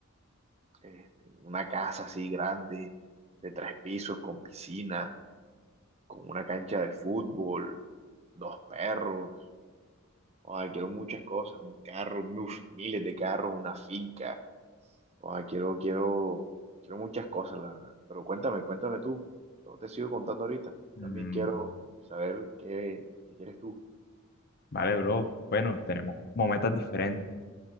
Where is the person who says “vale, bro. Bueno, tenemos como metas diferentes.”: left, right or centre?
Left